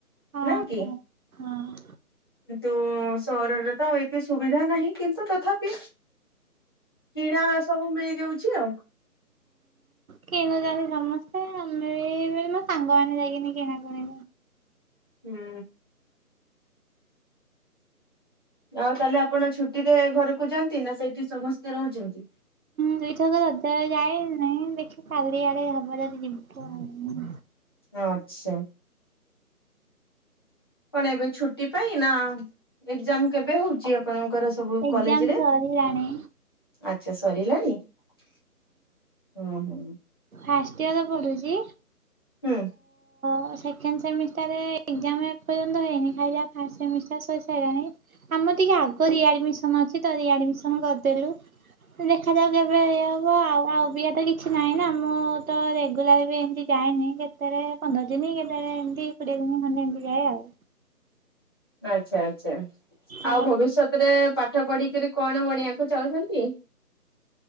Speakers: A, on the right; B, on the left.
A: ହଁ
B: ନା କି?
A: ହଁ।
B: ଉ ସହରରେ ତ ଏତେ ସୁବିଧା ନାହିଁ କିନ୍ତୁ ତଥାପି କିଣା ସବୁ ମିଳିଯାଉଛି ଆଉ।
A: କିଣୁଚନ୍ତି ସମସ୍ତେ ଆମେ ବି ମୋ ସାଙ୍ଗମାନେ ଯାଇକିନି କିଣାକିଣି
B: ହୁଁ। ଆଉ ତାହେଲେ ଆପଣ ଛୁଟିରେ ଘରୁକୁ ଯାନ୍ତି ନା ସେଇଠି ସମସ୍ତେ ରହୁଚନ୍ତି?
A: ଦୁଇ ଛକ ରବ୍ ବାରେ ଯାଏ ନାଇଁ ଦେଖିବା କାଲି ଆଡେ ହବ ଯଦି ଯିବୁ ଆଉ।
B: ଆଚ୍ଛା। କଣ ଏବେ ଛୁଟି ପାଇଁ ନା ଏକଜାମ୍ କେବେ ହଉଚି ଆପଣଙ୍କର ସବୁ
A: ଏକ୍ଜାମ
B: କଲେଜରେ?
A: ସରିଲାଣି
B: ଆଚ୍ଛା ସରିଲାଣିି ହୁଁ ହୁଁ।
A: ଫାଷ୍ଟ୍ ଇୟର ପଡ଼ୁଚି।
B: ହୁଁ।
A: ଆଉ ସେକେଣ୍ଡ୍ ସେମିଷ୍ଟାରେ ଏକଜାମ୍ ଏପର୍ଯ୍ୟନ୍ତ ହେଇନି ଖାଲି ଯା ଫାଷ୍ଟ୍ ସେମିଷ୍ଟାର ସରିସାରିଲାଣି। ଆମର ଟିକେ ଆଗ ରିଆଡ୍ ମିସନ ଅଛି ତ ରିଆଡ୍ ମିସନ କରିଦେଲୁ। ଦେଖାାଯାଉ କେବେ ଇଏ ହବ ଆଉ ଆଉ ଅବିକା ତ କିଛି ନାହିଁ ନା ମୁଁ ମୁଁ ତ ରେଗୁଲାର ବି ଏମିତି ଯାଏନି କେତେଥର ପନ୍ଦର ଦିନ କେତେଥର ଏମତି କୋଡ଼ିଏ ଦିନ ଖଣ୍ଡେ ଏମିତି ଯାଏ ଆଉ।
B: ଆଛା ଆଚ୍ଛା
A: ତ
B: ଆଉ ଭବିଷ୍ୟତ୍ ରେ ପାଠ ପଢ଼ିକରି କଣ ବଣିବାକୁ ଚାହୁଛନ୍ତି?